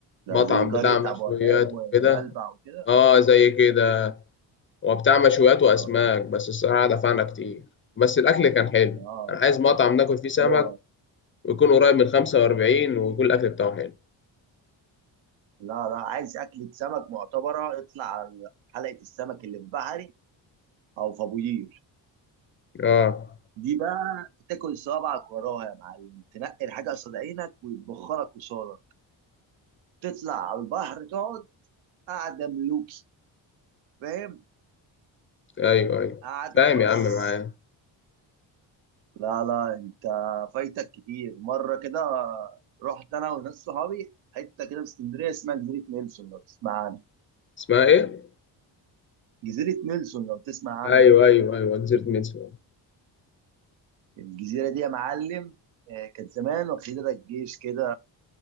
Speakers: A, on the right (about 80°); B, on the left (about 30°).
A: ده
B: مطعم
A: زي
B: بتاع
A: قريه
B: مشويات
A: ابو وهاب
B: وكده
A: وبلبع وكده
B: آه زي كده وبتاع مشويات وأسماك
A: اه
B: بس الصراحة دفعنا كتير بس الأكل كان حلو
A: اه
B: أنا عايز مطعم ناكل فيه سمك
A: هو
B: ويكون قريب من خمسة وأربعين ويكون الأكل بتاعه حلو
A: لا لا عايز اكله سمك معتبره اطلع على حلقه السمك اللي في بحري او في ابو قير
B: آه
A: دي بقى تاكل صوابعك وراها يا معلم تنقي الحاجه قصاد عينك ويتبخرك قصادك تطلع على البحر تقعد قاعده ملوكي فاهم
B: أيوه أيوه
A: قاعده
B: فاهم
A: بص
B: يا عم معايا
A: لا لا انت فايتك كتير مره كده رحت انا وناس صحابي حته كده في اسكندريه اسمها جزيره نيلسون لو تسمع عنها
B: اسمها إيه؟
A: جزيره نيلسون لو تسمع عنها
B: أيوه أيوه أيوه جزيرة ميتسو
A: الجزيره دي يا معلم آه، كانت زمان واخدها الجيش كده